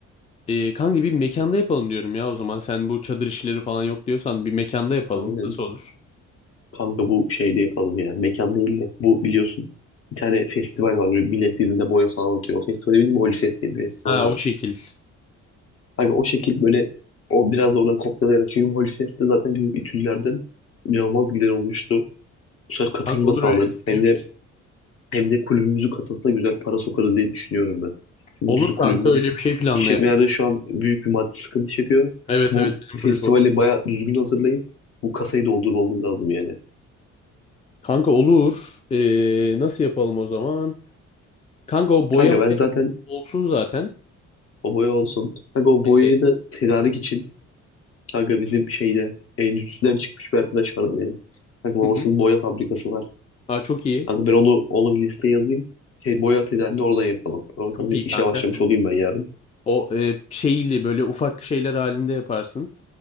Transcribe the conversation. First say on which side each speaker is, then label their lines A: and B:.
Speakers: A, on the left; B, on the left.
A: E, kanka bir mekanda yapalım diyorum ya o zaman. Sen bu çadır işleri falan yok diyorsan bir mekanda yapalım.
B: Aynen.
A: Nasıl olur?
B: Kanka bu şeyde yapalım ya. Mekan değil de. Bu biliyorsun bir tane festival var. Böyle millet birbirine boya falan atıyor. O festivale bildim bilmiyorum. Holyfest diye bir festival
A: Ha
B: var.
A: o şekil.
B: Hani o şekil böyle o biraz oradan kopyalayarak. Çünkü Molfest'te zaten bizim İTÜ'lülerden inanılmaz gider olmuştu. Bu sefer katılım
A: Kanka olur
B: da sağlarız.
A: öyle, öyle
B: Hem
A: bir
B: de
A: şey.
B: hem de kulübümüzün kasasına güzel para sokarız diye düşünüyorum ben. Çünkü
A: Olur
B: biliyorsun
A: kanka
B: kulübümüz
A: öyle bir şey planlayalım.
B: işletmelerde şu an büyük bir maddi sıkıntı çekiyor.
A: Evet
B: Bu
A: evet bizim
B: festivali
A: kulüp olur.
B: bayağı düzgün hazırlayıp bu kasayı doldurmamız lazım yani.
A: Kanka olur. E, nasıl yapalım o zaman? Kanka o boyama
B: Kanka ben zaten
A: olsun zaten.
B: o boya olsun. Kanka o
A: Ee,
B: boyayı da tedarik için kanka bizim şeyde endüstriden çıkmış bir arkadaş vardı benim. Kanka babasının
A: hı hı.
B: boya fabrikası var.
A: Aa, çok iyi.
B: Kanka ben onu, onu bir listeye yazayım. Şey, boya atölyelerini oradan yapalım. Oradan
A: Çok
B: bir
A: iyi
B: işe
A: kanka.
B: başlamış
A: Tamam.
B: olayım ben yarın.
A: O e, şeyli böyle ufak şeyler halinde yaparsın.